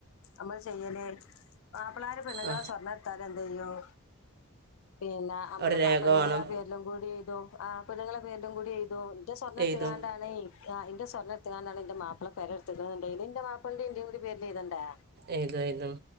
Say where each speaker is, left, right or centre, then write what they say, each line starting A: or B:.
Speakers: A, on the left; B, on the right.
A: നമ്മള് ചെയ്യലേ മാപ്പിളമാരു പെണ്ണുങ്ങളെ
B: ആ
A: സ്വർണ്ണം എടുത്താല്എന്താ ചെയ്യും പിന്നെ നമ്മള്
B: ഒരു രേഖ
A: ആ പെണ്ണുങ്ങളെ
B: വേണം
A: പേരിലും കൂടി എഴുതും ആ പെണ്ണുങ്ങളെ പേരിലും കൂടി എഴുതും ഇന്റെ സ്വർണം എടുത്തു
B: എഴുതും
A: കാണ്ടാണ് ആ എൻ്റെ സ്വർണ്ണം എടുത്തക്കാണ്ടാണ് എന്റെ മാപ്പള പെര എടുത്തേക്കണങ്കിൽ എന്റെ മാപ്പിളന്റെയും എൻ്റെയും കൂടി പേരില് എഴുതണ്ടേ
B: എഴുതും എഴുതും